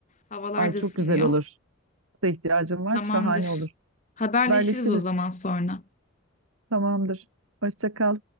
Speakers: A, on the left (about 35°); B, on the right (about 85°).
A: Havalar
B: Ay
A: da
B: çok
A: ısınıyor.
B: güzel olur. Da ihtiyacım var.
A: Tamamdır.
B: Şahane olur.
A: Haberleşiriz
B: Haberleşiriz.
A: o zaman sonra.
B: Tamamdır. Hoşça kal.